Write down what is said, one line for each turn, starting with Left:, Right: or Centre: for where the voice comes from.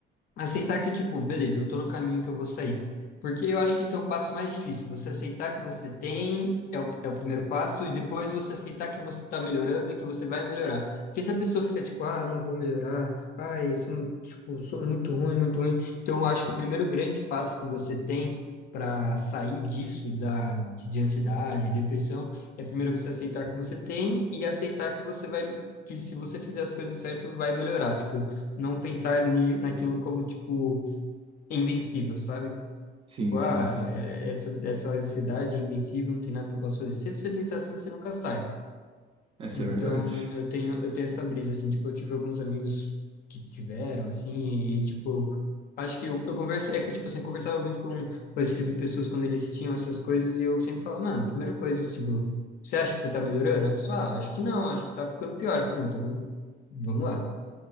Left: aceitar que, tipo, beleza, eu tô no caminho que eu vou sair. Porque eu acho que esse é o passo mais difícil. Você aceitar que você tem é o, é o primeiro passo, e depois você aceitar que você está melhorando e que você vai melhorar. Porque se a pessoa fica tipo, ah, não vou melhorar, ah, esse, tipo, sou muito ruim, muito ruim. Então, eu acho que o primeiro grande passo que você tem para sair disso, da, de, de ansiedade, depressão, é primeiro você aceitar que você tem e aceitar que você vai, que se você fizer as coisas certas, vai melhorar. Tipo, não pensar ni- naquilo como, tipo, invencível, sabe?
Right: Sim,
Left: Tipo,
Right: sim,
Left: ah,
Right: sim.
Left: é- essa, essa ansiedade é invencível, não tem nada que eu possa fazer. Se você pensar assim, você nunca sai.
Right: Essa
Left: Então,
Right: é verdade.
Left: eu tenho, eu tenho essa brisa, assim, tipo, eu tive alguns amigos que tiveram, assim, e, tipo, acho que eu, eu converso, é que, tipo, assim, eu conversava muito com, com esse tipo de pessoas quando eles tinham essas coisas, e eu sempre falava, mano, primeira coisa, tipo, você acha que você tá melhorando? Aí a pessoa, ah, acho que não, acho que tá ficando pior. Eu falei, então, vamos lá.